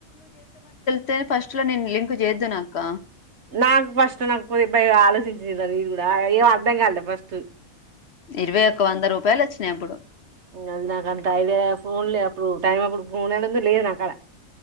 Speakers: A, on the left; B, on the right.
A: తే ఫస్ట్ లో నేను లింక్ చేద్దునా అక్క
B: నాకు ఫస్ట్ నాకు కొద్ది ఆలోచించినా నేను కూడా ఏం అర్ధం కాలా ఫస్టు
A: ఇరవై ఒక్క వంద రూపాయలు వచ్ నెప్పుడు
B: నా నాకంత ఐడియా ఫోన్లే అప్పుడు టైం అప్పుడు ఫోన్ యడుంది లేదు నాకాడ